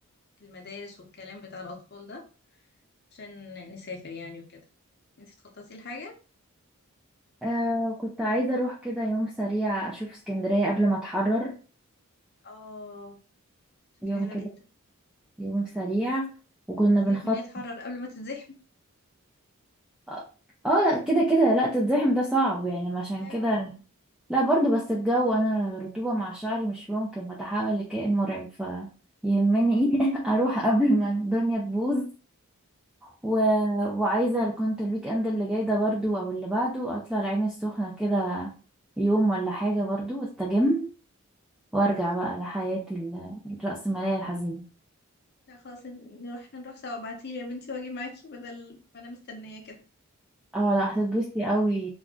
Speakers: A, on the left (about 45°); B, in the centre.
A: المدارس والكلام بتاع الاطفال ده عشان نسافر يعني وكده انت تخططي لحاجه
B: آه كنت عايزة اروح كده يوم سريع اشوف اسكندرية قبل ما اتحرر
A: اه فكره
B: يوم
A: حلوه
B: كده
A: جدا
B: يوم سريع وكنا
A: سيبك
B: بنخطط
A: من إن هي تحرر قبل ما تتزحم
B: اه آه، لا كده كده لا تتزحم ده صعب يعني عشان
A: ايوه
B: كده لا برضو بس الجو انا رطوبة مع شعري مش ممكن بتحول لكائن مرعب فيهمني <laughs> اروح قبل ما الدنيا تبوظ و... وعايزة كنت الويك اند اللي جاي ده برضو او اللي بعده اطلع العين السخنة كده يوم ولا حاجة برضو استجم وارجع بقى لحياتي ال- الرأسمالية الحزينة
A: لا خلاص نروح نروح سوا ابعتيلي يا بنتي واجي معاكي بدل ما انا مستنية كده
B: اه لا هتتبسطي قوي